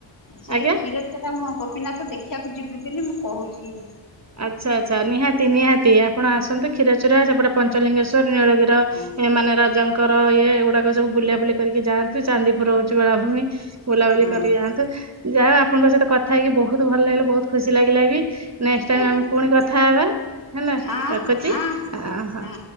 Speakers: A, on the left; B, on the right.
A: ସେଇ
B: ଆଜ୍ଞା
A: କ୍ଷୀର ଚରା ମୁଁ ଗୋପୀନାଥ ଦେଖିବାକୁ ଯିବି ବୋଲି ମୁଁ କହୁଚି।
B: ଆଚ୍ଛା ଆଚ୍ଛା ନିହାତି ନିହାତି ଆ ଆପଣ ଆସନ୍ତୁ କ୍ଷୀରଚୋରା ସେପଟେ ପଞ୍ଚଲିଙ୍ଗେଶ୍ଵର, ନୀଳଗିର
A: ହଁ
B: ଏ ମାନେ ରଜାଙ୍କ ଙ୍କର ଇଏ ଏଗୁଡ଼ାକ ସବୁ ବୁଲାବୁଲି କରିକି ଯାଆନ୍ତୁ ଚାନ୍ଦିପୁର ହଉଚି ବେଳାଭୂମି। ବୁଲାବୁଲି
A: ହଁ
B: କରି ଆଆନ୍ତୁ। ଯାହା ଆପଣଙ୍କ ସହିତ କଥା ହେଇକି ବହୁତ୍ ଭଲ ଲାଗିଲା ବହୁତ୍ ଖୁସି ଲାଗିଲା ବି ନେ ମ
A: ହଁ
B: ଆମେ ପୁଣି କଥା ହବା ହେଲା
A: ହଁ
B: ରକୁୁଛି
A: ହଁ ହଁ
B: ଅହଁ
A: ହଁ